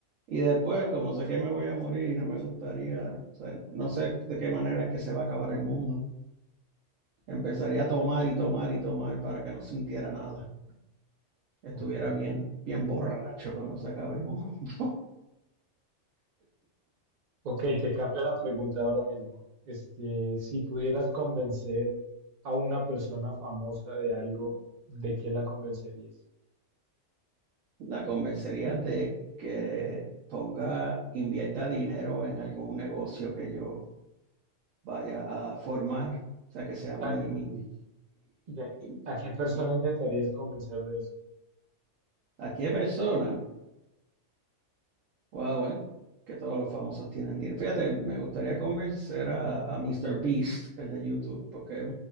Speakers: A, on the right; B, on the right.
A: Y después, como sé que me voy a morir y no me gustaría, o sea, no sé de qué manera es que se va a acabar el mundo. Empezaría a tomar y tomar y tomar para que no sintiera nada. Estuviera
B: Ok.
A: bien, bien borracho cuando se acabe el mundo. <laughs>
B: Ok, te cambio la pregunta ahora mismo. Este, si pudieras convencer a una persona famosa de algo, ¿de qué la convencerías?
A: La convencería de que ponga, invierta dinero en algún negocio que yo vaya a formar, o sea, que sea mi,
B: ¿A,
A: mi, mi,
B: y a-
A: mi-
B: a qué persona
A: mi-
B: intentarías convencer de eso?
A: ¿a qué persona? Wow, eh, que todos los famosos tienen dinero. Fíjate, me gustaría convencer a, a Mr. Beast, el de YouTube, porque es